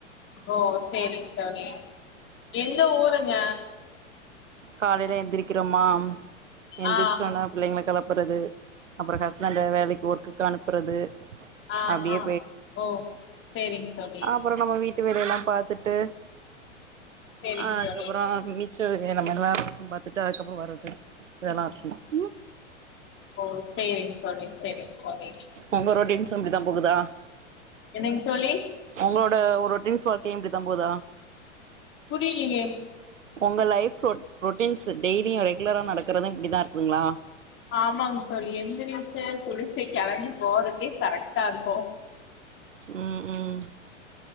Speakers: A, on the left; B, on the right.
A: ஓ செரிங் தோழி எந்த ஊருங்க
B: காலேல எந்திரிக்கிறோமா அம் எந்திரிஷோனப்
A: ஆ
B: பிள்ளைங்கள கெளப்புறது அப்பறோ ஹஸ்பண்ட வேலைக்கு ஒர்க்குக்கு அனுப்புறது
A: ஆஹ்
B: அப்டியே
A: ஆ ஓ சேரிங் தோழி
B: அப்பறோ நம்ம வீட்டு வேலயெல்லா பாத்துட்டு
A: சேரிங்
B: அதுக்கப்பறோ
A: தோழி
B: மிச்ச வேறமெல்லாம் பாத்துட்டு அதுக்கப்பறோ வர்றது இதெல்லா ம்
A: ஓ சேரிங்க தோழி செரிங்க தோழி
B: உங்க ரொட்டின்ஸ் அப்டித்தா போகுதா
A: என்னங் தோழி
B: உங்களோட ஒரு ரொட்ரின்ஸ் வாழ்க்கயு இப்டி தா போதா
A: புரியிலேயே
B: உங்க லைஃப் ரொ ரொட்டீன்ஸ் டெய்லியு ரெகுலராக நடக்கறது இப்டிதா இருக்குதுங்களா
A: ஆமாங் தோழி எந்திரிச்சு குளிச்ட்டு கெளம்பி போறக்கே கரெக்ட்டாருக்கு
B: ம் ம்